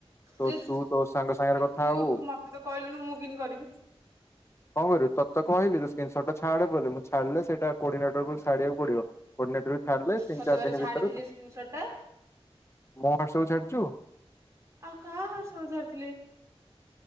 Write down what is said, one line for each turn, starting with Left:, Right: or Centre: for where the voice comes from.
Left: ତ
Right: ଯେ
Left: ତୁ ତୋ ସାଙ୍ଗ ସାଙ୍ଗରେ
Right: ଯେ
Left: କଥା
Right: ତୁ
Left: ହବୁ।
Right: ତୁ ମତେ ତ କହିଲୁନୁ ମୁଁ କିନ୍ତି କରିବି
Left: କଣ କରିବି ତତେ ତ କହିଲି ଯେ ସ୍କ୍ରିିନସଟ୍ ଛାଡେ ବୋଲି ମୁଁ ଛାଡ଼ିଲେ ସେଇଟା କୋଡିନେଟରକୁ ଛାଡ଼ିବାକୁ ପଡିବ। କୋଡିନେଟରକୁ ଛାଡିଲେ ତିନି
Right: ତତେ
Left: ଚାରି
Right: ପରା
Left: ଦିନ
Right: ଛାଡିଥିଲି
Left: ଭିତରୁ,
Right: ସ୍କ୍ରିନସଟ ଟା
Left: ମୋ ହ୍ୱାଟ୍ସପ୍ ଛାଡିଛୁ?
Right: ଆଉ କାହା ହ୍ୱାଟ୍ସପ୍ ସାରିଥିଲି?